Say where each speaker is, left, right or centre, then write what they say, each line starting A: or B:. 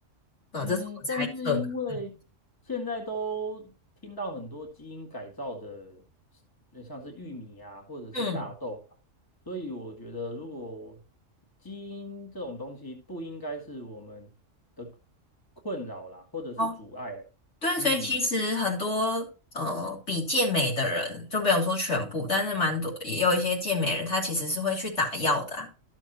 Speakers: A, on the left; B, on the left.
A: 啊，
B: 嗯，
A: 这是我猜测的。
B: 但是因为现在都听到很多基因改造的，
A: 嗯
B: 呃像是玉米啊，或者是大豆啊，
A: 嗯，
B: 所以我觉得如果基因这种东西不应该是我们的困扰啦，或者是阻碍啦嗯，
A: 哦，对，所以其实很多呃比健美的人，就没有说全部，但是蛮多也有一些健美人，他其实是会去打药的啊